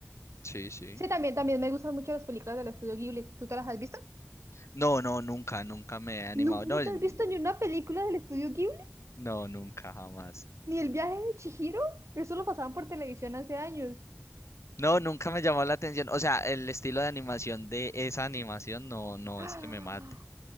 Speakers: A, on the left; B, on the right.
A: Sí, sí.
B: Sí, también, también me gustan mucho las películas del Estudio Ghibli. ¿Tú te las has visto?
A: No, no, nunca, nunca me he animado.
B: ¿No, no
A: No,
B: te has visto ni una película del Estudio Ghibli?
A: No, nunca, jamás.
B: ¿Ni El viaje de Chihiro? Eso lo pasaban por televisión hace años.
A: No, nunca me llamó la atención. O sea, el estilo de animación de esa animación no, no
B: ¡Ah!
A: es que me mate.